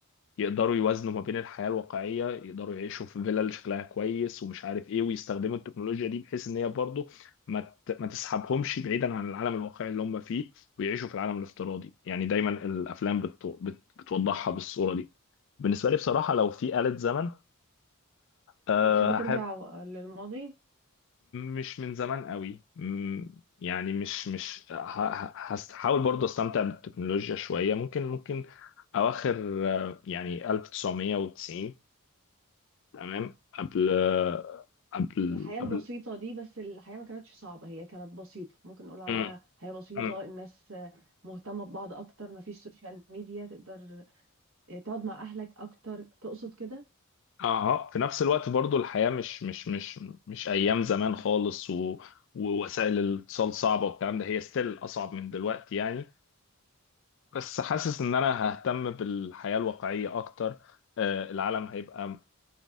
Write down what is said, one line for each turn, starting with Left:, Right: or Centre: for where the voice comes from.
Left: يقدروا يوازنوا ما بين الحياة الواقعية يقدروا يعيشوا في فيلل شكلها كويس ومش عارف ايه ويستخدموا التكنولوجيا دي بحيث ان هي برضه ما ت- ما تسحبهمش بعيدا عن العالم الواقعي اللي هم فيه ويعيشوا في العالم الافتراضي يعني دايما الافلام بت... بت... بتوضحها بالصورة دي بالنسبة لي بصراحة لو في آلة زمن آه،
Right: هتحب ترجع
Left: هحب
Right: للماضي
Left: مش من زمان قوي مم، يعني مش مش ه- ه- هحاول برضه استمتع بالتكنولوجيا شوية ممكن ممكن اواخر آه، يعني 1990 تمام قبل قبل
Right: الحياة
Left: قبل
Right: البسيطة دي بس الحياة ما كانتش صعبة هي كانت بسيطة ممكن نقول عليها
Left: مم.
Right: حياة بسيطة
Left: مم.
Right: الناس مهتمة ببعض أكتر ما فيش سوشيال ميديا تقدر آه، تقعد مع أهلك أكتر تقصد كده
Left: اها في نفس الوقت برضو الحياة مش مش مش مش ايام زمان خالص و... ووسائل الاتصال صعبة والكلام ده هي ستيل اصعب من دلوقتي يعني بس حاسس ان انا ههتم بالحياة الواقعية اكتر آه، العالم هيبقى